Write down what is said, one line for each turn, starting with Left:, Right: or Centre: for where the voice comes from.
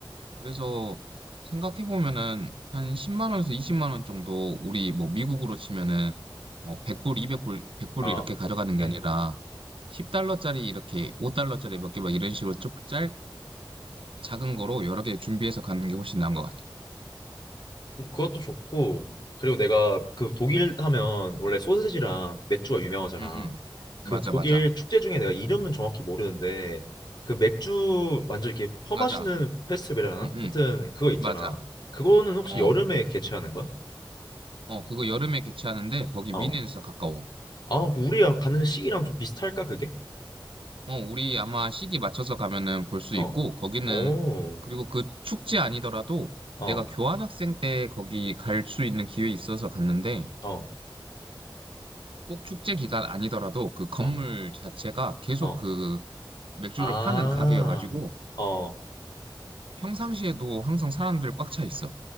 Right: 그래서 생각해 보면은 한 10만 원에서 20만 원 정도 우리 뭐 미국으로 치면은 어 100불, 200불, 100불
Left: 아,
Right: 이렇게 가져가는 게
Left: 응.
Right: 아니라 10달러짜리 이렇게 5달러짜리 몇 개 막 이런 식으로 쭉 짧, 작은 거로 여러 개 준비해서 가는 게 훨씬 나은 것 같아.
Left: 그것도 좋고 그리고 내가 그 독일 하면 원래 소세지랑 맥주가 유명하잖아.
Right: 응, 응. 맞아,
Left: 그 독일
Right: 맞아.
Left: 축제 중에 내가 이름은 정확히 모르는데 그 맥주 완전 이렇게 퍼마시는
Right: 맞아.
Left: 페스티벌이라나?
Right: 응, 응.
Left: 하여튼 그거 있잖아.
Right: 맞아.
Left: 그거는 혹시
Right: 어,
Left: 여름에 개최하는 거야?
Right: 어, 그거 여름에 개최하는데 거기
Left: 어.
Right: 미넨에서 가까워.
Left: 아, 그 우리가 가는 시기랑 좀 비슷할까 그게?
Right: 어, 우리 아마 시기 맞춰서 가면은 볼 수
Left: 어.
Right: 있고 거기는
Left: 오.
Right: 그리고 그 축제 아니더라도
Left: 어.
Right: 내가 교환학생 때 거기 갈 수 있는 기회 있어서 갔는데
Left: 어.
Right: 꼭 축제 기간 아니더라도 그 건물
Left: 어.
Right: 자체가 계속
Left: 어.
Right: 그 맥주를
Left: 아.
Right: 파는 가게여가지고
Left: 어.
Right: 평상시에도 항상 사람들 꽉 차 있어.